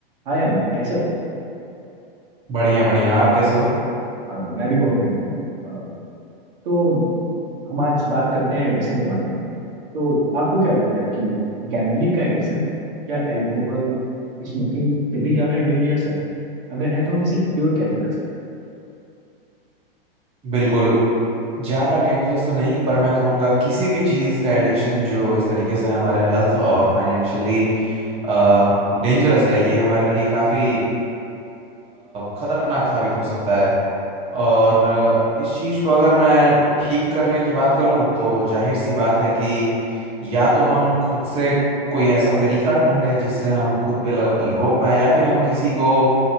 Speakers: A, on the right (about 70°); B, on the right (about 20°).
A: हाय अमन कैसे हो आप
B: बढ़िया बढ़िया आप कैसे हो
A: अ, मैं भी बहुत बढ़िया हूँ अ, तो हम आज बात करते हैं एडिक्शन के बारे में तो आपको क्या लगता है कि गैम्बलिंग का एडिक्शन क्या अल्कोहल स्मोकिंग से भी ज़्यादा डेंजरस है अगर है तो हम इसे क्योर कैसे कर सकते
B: बिल्कुल ज़्यादा डेंजरस तो नहीं पर मैं कहूँगा किसी भी चीज़ का एडिक्शन जो इस तरीके से हमारे हेल्थ और फाइनेंशियली डेंजरस है ये हमारे लिए काफ़ी खतरनाक साबित हो सकता है और इस चीज़ को अगर मैं ठीक करने की बात करूं तो जाहिर सी बात है कि या तो हम खुद से कोई ऐसा तरीका ढूंढें जिससे हम खुद पे लग, रोक पाए या फिर हम किसी को